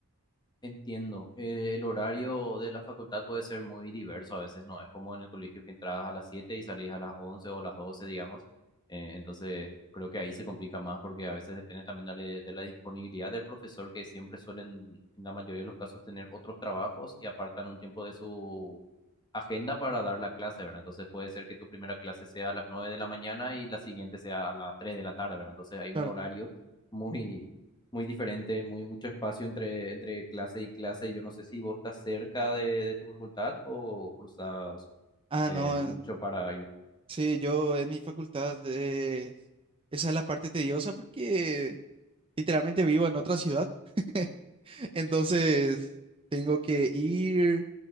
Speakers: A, on the left (about 20°); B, on the right (about 25°).
A: Entiendo. Eh, el horario de la facultad puede ser muy diverso a veces, ¿no? Es como en el colegio que entrabas a las 7 y salís a las 11 o las doce digamos. Eh, entonces, creo que ahí se complica más porque a veces depende también de, la de la disponibilidad del profesor, que siempre suelen, en la mayoría de los casos, tener otros trabajos y apartan un tiempo de su agenda para dar la clase, ¿verdad? Entonces puede ser que tu primera clase sea a las 9 de la mañana y la siguiente sea a las 3 de la tarde, ¿verdad? Entonces hay
B: Claro.
A: un horario muy, muy diferente, muy mucho espacio entre, entre clase y clase. Yo no sé si vos estás cerca de, de tu facultad o cruzas
B: Ah,
A: eh,
B: no.
A: mucho para ir.
B: Sí, yo en mi facultad, eh, esa es la parte tediosa porque literalmente vivo en otra ciudad, <laughs> entonces tengo que ir